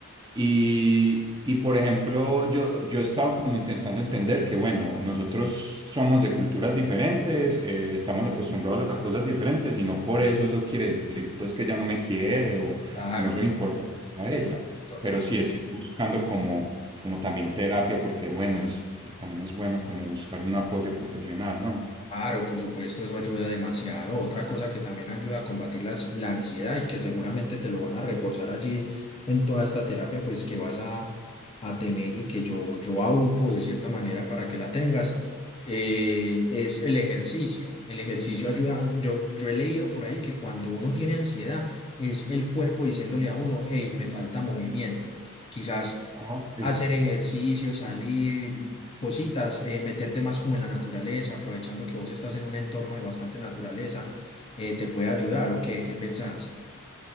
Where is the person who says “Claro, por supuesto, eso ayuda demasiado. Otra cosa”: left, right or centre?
Left